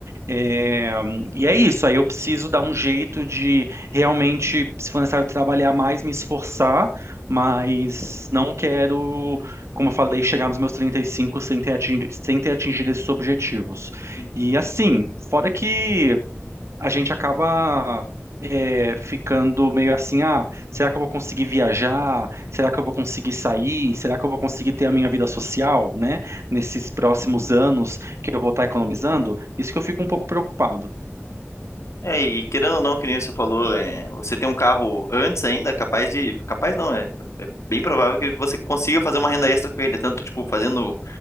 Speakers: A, on the right; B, on the left.
A: É, e é isso, aí eu preciso dar um jeito de realmente, se for necessário trabalhar mais, me esforçar, mas não quero, como eu falei, chegar nos meus 35 sem ter atingido, sem ter atingido esses objetivos.
B: uhum.
A: E assim, fora que a gente acaba é, ficando meio assim, ah, será que eu vou conseguir viajar? Será que eu vou conseguir sair? Será que eu vou conseguir ter a minha vida social, né? Nesses próximos anos que eu vou estar economizando? Isso que eu fico um pouco preocupado.
B: É, e querendo ou não, que nem você falou, é, você tem um carro antes ainda, capaz de. Capaz não, é. bem provável que você consiga fazer uma renda extra com ele, tanto tipo fazendo